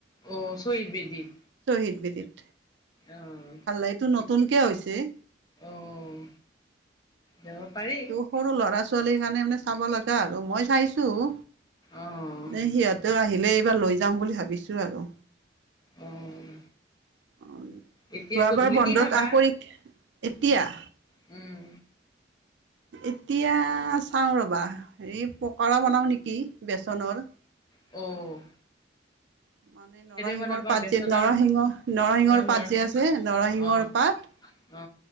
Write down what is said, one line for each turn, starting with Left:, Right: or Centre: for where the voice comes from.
Left: অ', শ্বহীদ বেদীত?
Right: শ্বহীদ বেদিত
Left: অ',
Right: ভাল লাগে এইটো নতুনকে হৈছে।
Left: অ', যাব পাৰি।
Right: ত সৰু ল'ৰা ছোৱালীৰ কাৰণে মানে চাব লগা আৰু মই চাইছোঁ
Left: অ',
Right: সিহঁতেও আহিলে এইবাৰ লৈ যাম বুলি ভাবিছোঁ আৰু।
Left: অ',
Right: যোৱাবাৰ
Left: এতিয়া গধূলি
Right: বন্ধত
Left: কি খাবা?
Right: আহ পৰীক্ষা এতিয়া?
Left: উম।
Right: এতিয়া চাওঁ ৰ'বা হেৰি পকৰা বনাওঁ নেকি বেচনৰ।
Left: অঁ।
Right: মানে নৰসিংহৰ
Left: বনাবা
Right: পাত
Left: বেচন
Right: যে নৰসিংহ
Left: আৰু
Right: নৰসিংহৰ
Left: অ', নৰ
Right: পাত যে আছে নৰসিংহৰ
Left: অ',
Right: পাত
Left: অ।